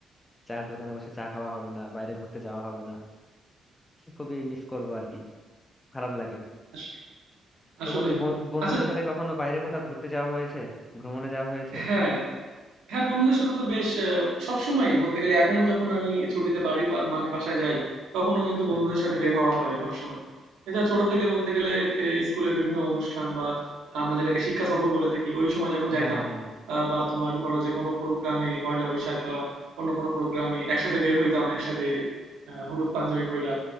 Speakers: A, on the left; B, on the right.
A: চায়ের দোকানে বসে চা খাওয়া হবে না বাইরে ঘুরতে যাওয়া হবে না খুবই মিস করবো আর কি খারাপ লাগে
B: আস- আসলেই
A: তো বন্ধু
B: বন্ধু
A: ব- বন্ধুদের
B: আচ্ছা
A: সাথে কখনো বাইরে কোথাও ঘুরতে যাওয়া হয়েছে ভ্রমণে যাওয়া হয়েছে
B: হ্যাঁ হ্যাঁ, বন্ধুদের সাথে তো বেশ আ সবসময়ই বলতে গেলে এখনো যখন আমি ছুটিতে বাড়ি বা মানে বাসায় যাই, তখনও কিন্তু
A: হ্যাঁ
B: বন্ধুদের সাথে বের হওয়া হয় সবসময়। এছাড়া ছোট থেকে বলতে গেলে এ স্কুলের বিভিন্ন অনুষ্ঠান বা আমরা যেটাকে শিক্ষা সফর বলে থাকি, ওই সময় যখন যাইতাম
A: হ্যাঁ হ্যাঁ
B: আ বা তোমার ধরো যে কোনো প্রোগ্রামে পহেলা বৈশাখ বা অন্য কোনো প্রোগ্রামে একসাথে বের হইতাম, একসাথে আ হলুদ পাঞ্জাবি পইড়া।